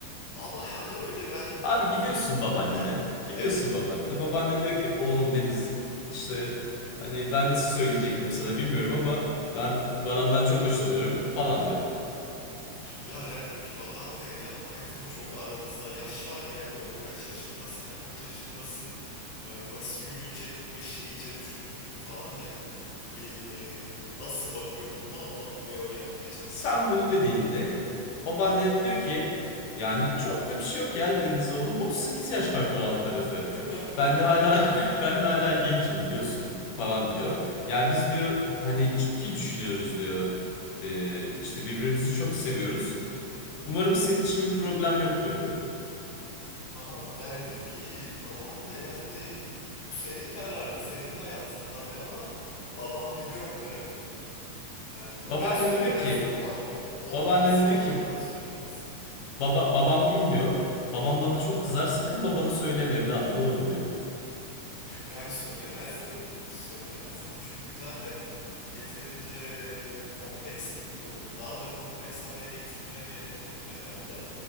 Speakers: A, on the left (about 45°); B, on the left (about 80°).
A: Ama yani öyle ben
B: Abi gidiyorsun
A: kötü...
B: babaannene
A: Ha,
B: gidiyorsun
A: evet.
B: babaannene babaannen diyor ki oğlum Deniz işte hani ben nasıl söyleyecektim sana bilmiyorum ama ben Baran'dan çok hoşlanıyorum falan diyor.
A: Ya derdim ki babaanne yapma etme çok aranızda yaş var yani o kaç yaşında sen kaç yaşındasın. Ee, Nasıl yürüyecek bu iş iyice düşündün mü falan derdim. Bir e, nasıl bakıyor duruma onu bir öğrenmeye çalışırdım.
B: Sen bunu dediğinde babaanne de diyor ki yani çok da bir şey yok ya Deniz oğlum 38 yaş fark var alt tarafı.
A: <laughs>
B: Ben de hala <laughs> ben de hala gencim biliyorsun falan diyor. Ya biz diyor hani ciddi düşünüyoruz diyor. Ee, işte birbirimizi çok seviyoruz. Umarım senin için bir problem yoktur diyor.
A: Valla derdim ki babaanne yani bu senin kararın, senin hayatın tabii ama babam biliyor mu derdim. Ee,
B: Babaannen
A: ben söylemezdim
B: de diyor ki
A: bu arada. Onun
B: babaannen
A: izni
B: de diyor
A: olmadan
B: ki
A: söylemezdim.
B: baba
A: Hı.
B: babam bilmiyor. Babam bana çok kızar. Sakın babana söyleme evladım olur mu diyor.
A: Yani söylemezdim, söylemezdim çünkü zaten yeterince kompleks bir durum. Daha da kompleks hale getirmeye gerek yok herhalde.